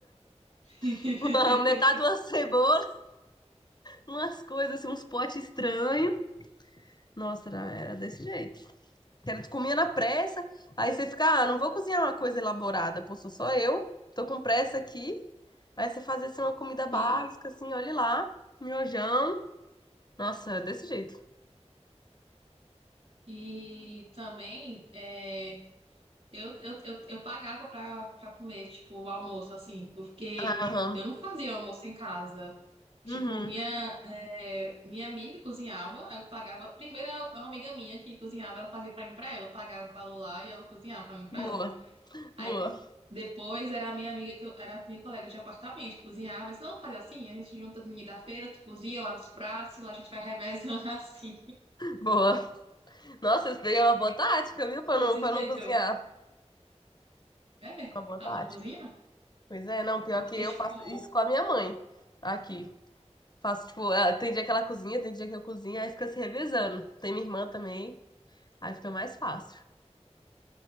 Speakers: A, on the right (about 55°); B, on the left (about 40°).
A: <laughs>
B: <laughs> uma- metade de uma cebola, umas coisas, assim, uns potes estranhos. Nossa, era, era desse jeito. Quero- comer na pressa, aí você fica, ah, não vou cozinhar uma coisa elaborada, pô, sou só eu, tô com pressa aqui. Aí você faz assim uma comida básica,
A: E,
B: assim, olha lá, miojão. Nossa, desse jeito.
A: e também é, eu, eu, eu, eu pagava pra, pra comer, tipo, o almoço, assim, porque
B: Aham.
A: eu não fazia almoço em casa. Tipo,
B: Uhum.
A: minha, é, minha amiga cozinhava, aí eu pagava. Primeiro, uma amiga minha que cozinhava, ela fazia pra mim, e pra ela. Eu pagava o valor lá e ela cozinhava pra mim, e pra
B: Boa,
A: ela. Aí
B: boa,
A: depois era a minha amiga, que eu, era a minha colega de apartamento, que cozinhava. Eu Disse, não, fazer assim, a gente junta ninguém da feira, tu cozinha, lava os pratos, lá a gente vai revezando <laughs> assim.
B: boa. Nossa, isso daí é uma boa tática, viu? Pra
A: Desse
B: não, pra
A: jeito.
B: não cozinhar.
A: É,
B: Uma boa
A: pra
B: tática.
A: não cozinhar.
B: Pois é, não, pior
A: Porque,
B: que eu
A: tipo,
B: faço isso com a minha mãe aqui. Faço, tipo, ah, tem dia que ela cozinha, tem dia que eu cozinho, aí fica se revezando. Tem minha irmã também, aí fica mais fácil.